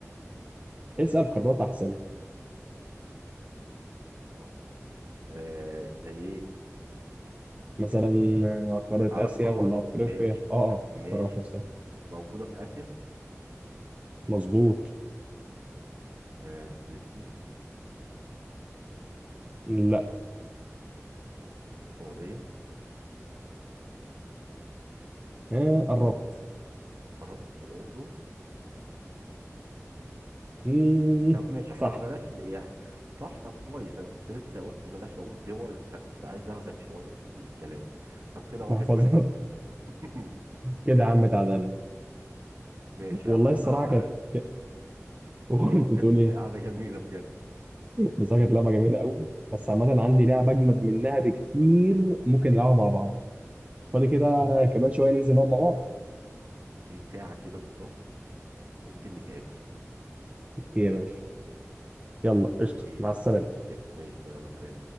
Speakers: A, on the right; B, on the right.
A: اسال قارات احسن
B: اه آه، زي ايه
A: مثلا آه، قاره
B: على
A: اسيا
B: القارات
A: ولا افريقيا
B: ماشي
A: اه اه
B: ماشي
A: قارات مصر
B: موجودة في آسيا
A: مظبوط
B: آه فلسطين
A: لا
B: السعودية
A: آه قربت
B: قربت الأردن
A: مم،
B: طب ماشي احنا
A: صح
B: ببلاش يعني صح طب كويس انا كنت لسه قلت بلاش واقول دول فكنت عايز اخدك شويه في الكلام طب كده واحد
A: محفظات
B: واحد
A: <laughs>
B: <laughs>
A: كده يا عم اتعدلنا
B: ماشي
A: والله
B: يا عم وانا
A: الصراحه
B: ع-
A: كانت ك- <laughs>
B: اه
A: كنت
B: كانت
A: بتقول ايه
B: قعده جميله بجد
A: بصراحه كانت لعبه جميله قوي بس عامه عندي لعبه اجمد منها بكتير ممكن نلعبها مع بعض فاضي كده كمان شويه ننزل نقعد مع بعض
B: اوكي ساعه كده بالظبط وممكن نتقابل
A: اوكي يا باشا يلا
B: اوكي
A: قشطه مع السلامه
B: إيه، ماشي طيب يلا سلام